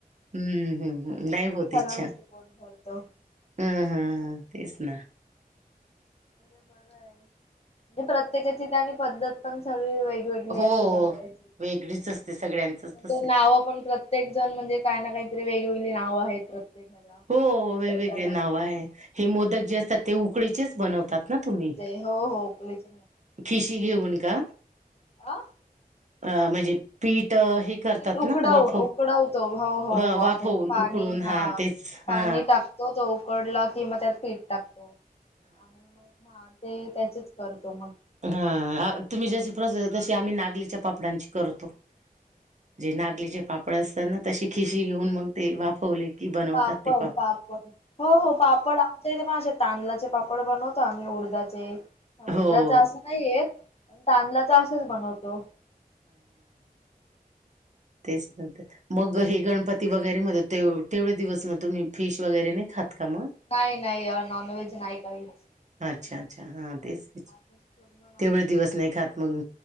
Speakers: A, on the right; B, on the left.
A: हम्मम् हम्
B: बघूनच
A: नाही होत इच्छा.
B: सर्व गोष्टी पोट भरतं.
A: हम्म हम तेच ना.
B: म्हणजे म्हणजे प्रत्येकाचीनी पद्धत पण चालूय वे गली
A: हो
B: असते बय
A: वेगळीच असते सगळ्यांचच तस
B: ते
A: आहे.
B: नाव पण प्रत प्रत्येक जण म्हणजे काय ना काहीतरी वेगवेगळी नाव आहेत. ह्याला.
A: हो
B: पदार्थाला
A: वेगवेगळे नाव आहे हे मोदक जे असतात ते उकळीचेच बनवतात. ना तुम्ही
B: ते हो हो उकलीच
A: खिशी घेऊन का
B: अ
A: अ म्हणजे पीठ हे करतात
B: पीठ उकडवून
A: ना वाफव
B: उकडवतो हो होे
A: ह वाफवून
B: पाणी
A: उकडून
B: हा
A: तेच
B: पाणी
A: हा
B: टाक तो उकडला कि म त्यात पीठ टाकतो. हा ते त्याचेच करतो मग.
A: ह तुम्ही जशी प्रस तशी आम्ही नागलीच्या पापडांची करतो. जे नागलीचे
B: म्हणजे
A: पापड असतात ना तशी खिशी घेऊन मग ते वाफवले की बनवतात
B: पापड
A: ते
B: पापड. हो -हो पापड आ थ मग असे तांदळाचे पापड बनवतो आम्ही उडधचे उडध्याच
A: हो
B: अस नाहीेत. तांदळाचा असेच बनवतोत.
A: तेचन तर मग हे गणपती वगैरे मध्ये तेवढे दिवस मग तुम्ही फिश वगैरे नाही खात का मग.
B: नाही नाही नॉन व्हेज नाही खात.
A: अच्छा अच्छा हा तेचच.
B: दिवस पूर्ण नॉनव्हेज
A: तेवढे दिवस
B: काहीच
A: नाही खात मग